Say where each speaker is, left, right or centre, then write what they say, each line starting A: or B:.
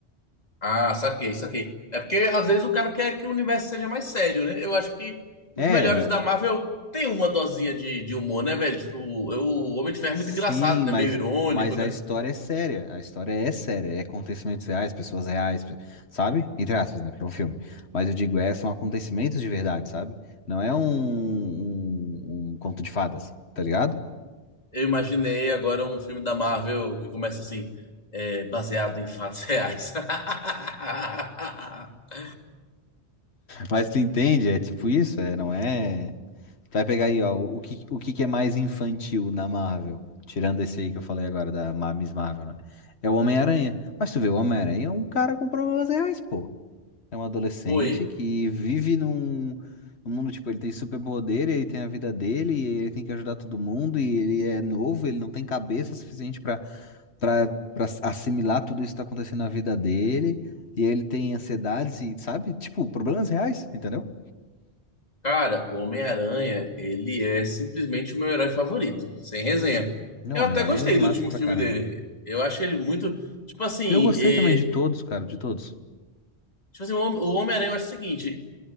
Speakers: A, on the left; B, on the left.
A: Ah, saquei, saquei. É porque às vezes o cara quer que o universo seja mais sério, né? Eu acho que os
B: É,
A: melhores da Marvel têm uma dosinha de, de humor, né, velho? Tipo, eu- o Homem de Ferro
B: Sim,
A: é muito engraçado, né?
B: mas,
A: Meio irônico,
B: mas
A: né?
B: a história é séria. A história é séria. É acontecimentos reais, pessoas reais, pe- sabe? Entre aspas, né? Porque é um filme. Mas eu digo, é, são acontecimentos de verdade, sabe? Não é um, um, um conto de fadas, tá ligado?
A: Eu imaginei agora um filme da Marvel que começa assim, é, baseado em fatos reais. <laughs>
B: Mas tu entende, é tipo isso, é, não é. Tu vai pegar aí, ó, o que, o que que é mais infantil na Marvel, tirando esse aí que eu falei agora, da Ma- Miss Marvel, né? É o Homem-Aranha. Mas tu vê, o Homem-Aranha é um cara com problemas reais, pô. É um adolescente
A: Foi.
B: que vive num, num mundo, tipo, ele tem superpoder, ele tem a vida dele, e ele tem que ajudar todo mundo, e ele é novo, ele não tem cabeça suficiente pra para assimilar tudo isso que tá acontecendo na vida dele, e ele tem ansiedades e, sabe, tipo, problemas reais, entendeu?
A: Cara, o Homem-Aranha, ele é simplesmente o meu herói favorito, sem resenha.
B: Não,
A: Eu
B: Homem-Aranha
A: até gostei
B: é massa
A: do último
B: pra
A: filme
B: caramba.
A: dele. Eu acho ele muito. Tipo assim,
B: Eu gostei
A: é,
B: também de todos, cara, de todos.
A: tipo assim, o Hom- o Homem-Aranha, eu acho o seguinte: